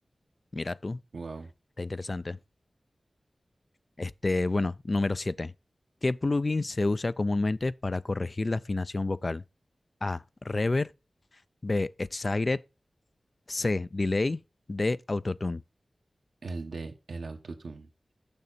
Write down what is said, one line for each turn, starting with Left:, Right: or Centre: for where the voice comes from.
Left: Mira tú,
Right: wow,
Left: está interesante. Este, bueno, número 7. ¿Qué plugin se usa comúnmente para corregir la afinación vocal? A. Reverb. B. Excited. C. Delay. D. Autotune.
Right: el de el autotune.